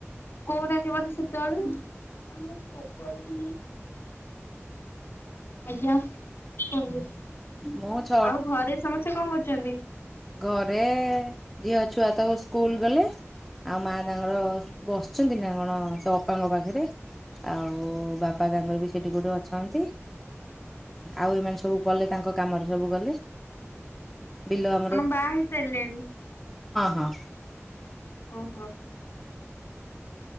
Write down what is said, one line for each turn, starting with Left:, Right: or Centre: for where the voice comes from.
Left: କହୁନାହାନ୍ତି ମତେ ସେତେବେଳୁ ଆଜ୍ଞା କୁହନ୍ତୁ?
Centre: ମୋ ଛ
Left: ଆଉ ଘରେ ସମସ୍ତେ କଣ କରୁଛନ୍ତି?
Centre: ଘରେ ଝିଅ ଛୁଆ ତ ସ୍କୁଲ ଗଲେ ଆଉ ମାଆ ତାଙ୍କର ବସିଛନ୍ତି ନା କଣ ସେ ଅପାଙ୍କ ପାଖରେ? ଆଉ ବାପା ତାଙ୍କର ବି ସେଠି କଉଠି ଅଛନ୍ତି। ଆଉ ଏମାନେ ସବୁ ଗଲେ ତାଙ୍କ କାମରେ ସବୁ ଗଲେ ବିଲ ଆ
Left: ବାି ହେଇ ସାରିଲେଣି
Centre: ହଁ
Left: ଓହୋ?